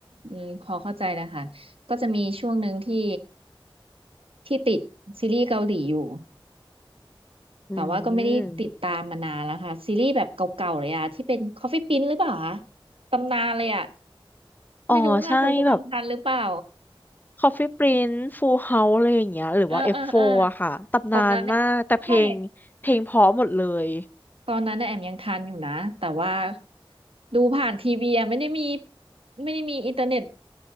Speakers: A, on the right; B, on the left.
A: อืมพอเข้าใจแล้วค่ะก็จะมีช่วงหนึ่งที่ที่ติดซีรีส์เกาหลีอยู่
B: อื
A: แต่ว่าก็ไม่ได้ติดตามมานานแล้วค่ะซีรีส์แบบเก่าๆเลยอะที่เป็น
B: ม
A: Coffee Prince หรือเปล่าคะตำนานเลยอะ
B: อ๋อใช่แบบ
A: ไม่รู้ว่าคนกวางทันหรือเปล่า
B: Coffee Prince Full House อะไรอย่างเงี้ยหรือว่า
A: เออเออเออ
B: F4 อฟโฟร์อะค่ะตำนานมากแต่เพลงเพลงเพราะหมดเลย
A: ตอนนั้นเนี่ยใช่ ตอนนั้นน่ะแอมยังทันอยู่นะแต่ว่าดูผ่านทีวีอะไม่ได้มีไม่ได้มีอินเทอร์เน็ต